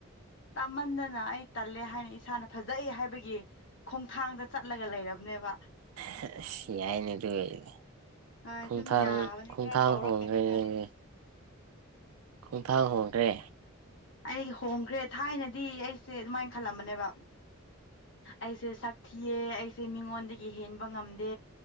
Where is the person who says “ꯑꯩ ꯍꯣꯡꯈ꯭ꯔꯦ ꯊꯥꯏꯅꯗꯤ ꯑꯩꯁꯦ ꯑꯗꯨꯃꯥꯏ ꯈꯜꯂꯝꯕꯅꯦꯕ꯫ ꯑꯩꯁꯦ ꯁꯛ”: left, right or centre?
Left